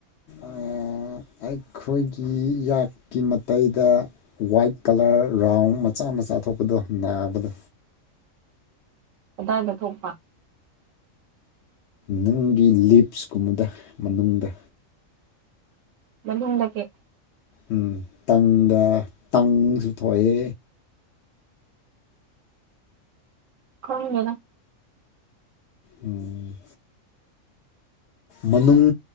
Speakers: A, on the left (about 65°); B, on the right (about 75°).
A: ꯑꯥ ꯑꯩꯈꯣꯏꯒꯤ ꯌꯥꯠꯀꯤ ꯃꯇꯩꯗ ꯋꯥꯏꯠ ꯀꯂꯔ ꯔꯥꯎꯟ ꯃꯆꯥ ꯃꯆꯥ ꯊꯣꯛꯄꯗꯣ ꯅꯥꯕꯗꯣ
B: ꯀꯗꯥꯏꯗ ꯊꯣꯛꯄ
A: ꯅꯪꯒꯤ ꯂꯤꯞꯁꯀꯨꯝꯕꯗ ꯃꯅꯨꯡꯗ
B: ꯃꯅꯨꯡꯗ <unintelligible>
A: ꯎꯝ ꯇꯪꯗꯥ ꯇꯪꯁꯨ ꯊꯣꯛꯑꯦ
B: ꯈꯪꯗꯦꯗ
A: ꯎꯝ ꯃꯅꯨꯡ